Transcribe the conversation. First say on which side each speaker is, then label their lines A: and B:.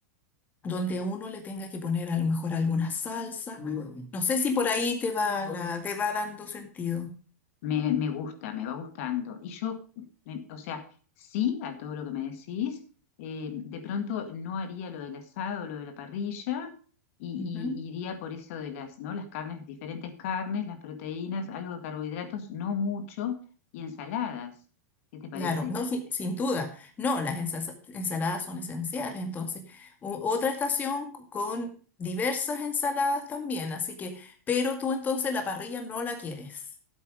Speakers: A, on the left; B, on the left.
A: donde uno le tenga que poner a lo mejor alguna salsa. Muy bien. No sé si por ahí te va, la- te va dando sentido.
B: Me, me gusta, me va gustando. Y yo, me- o sea, sí a todo lo que me decís, eh, de pronto no haría lo del asado, lo de la parrilla, y,
A: Ujú.
B: y iría por eso de las, ¿no? Las carnes, diferentes carnes, las proteínas, algo de carbohidratos, no mucho, y ensaladas. ¿Qué te parece?
A: Claro, no, sin, sin duda. No, las ensalsa- ensaladas son esenciales. Entonces, o- otra estación c- con diversas ensaladas también. Así que, pero tú entonces la parrilla no la quieres.